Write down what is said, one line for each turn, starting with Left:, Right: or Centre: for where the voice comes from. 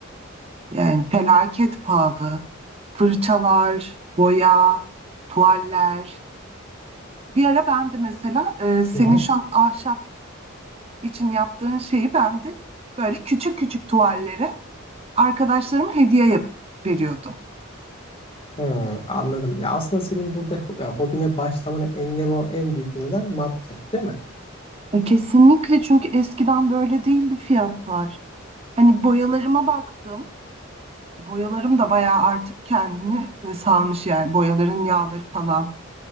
Right: Yani felaket pahalı. Fırçalar, boya, tuvaller. Bir ara ben de mesela e, senin
Left: Hı hı.
Right: şu an ahşap için yaptığın şeyi ben de böyle küçük küçük tuvallere arkadaşlarıma hediye yap veriyordum.
Left: Hmm, anladım. Ya aslında senin burada ho- yani hobine başlamana engel olan en büyük neden maddiyat değil mi?
Right: E, Kesinlikle çünkü eskiden böyle değildi fiyatlar. Hani boyalarıma baktım. Boyalarım da bayağı artık kendini e, salmış yani boyaların yağları falan